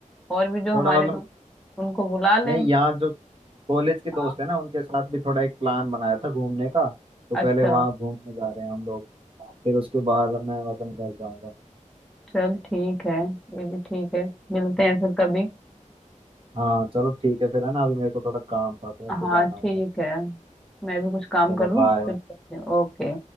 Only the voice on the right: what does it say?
थोड़ा मतलब
नहीं यहाँ जो कॉलेज के दोस्त
है ना उनके साथ भी थोड़ा एक प्लान बनाया था घूमने का तो पहले
वहाँ घूमने जा रहे हैं हम लोग फिर उसके बाद मैं वतन घर जाऊंगा
हाँ चलो ठीक है फिर है ना अभी मेरे को थोड़ा काम था तो मेरे को
जाना
होगा
चलो
बाय